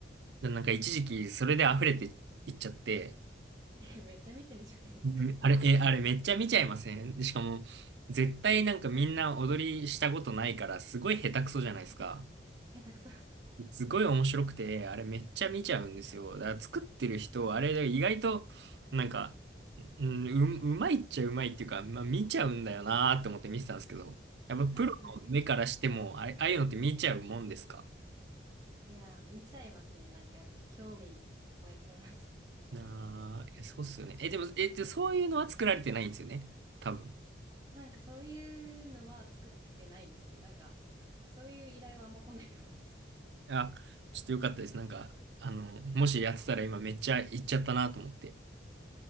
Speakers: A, on the right; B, on the right.
A: でなんか一時期それで溢れていっちゃって、
B: <laughs> え、めっちゃ見てるじゃないですか。
A: うんあれ、え、あれめっちゃ見ちゃいませんでしかも、絶対なんかみんな踊りしたことないから、すごい下手くそじゃないですか。
B: 下手くそ。
A: すごい面白くて、あれめっちゃ見ちゃうんですよ。だから作ってる人、あれ意外と、なんかうん、う、うまいっちゃうまいっていうか、まあ見ちゃうんだよなーって思って見てたんですけど、やっぱプロの目からしても、
B: はいはい。
A: あれ、ああいうのって見ちゃうもんですか
B: いや、見ちゃいますね。なんかやっぱ興味湧いちゃいます。
A: なあ、えそうっすよね。え、でも、え、でそういうのは作られてないんですよね。多分。
B: <laughs> なんかそういうのは作ってないですね。なんか、そういう依頼はあんま来ないかもです。
A: あ、ちょっとよかったです。なんか、あの、もしやってたら今めっちゃ行っちゃったなと思って。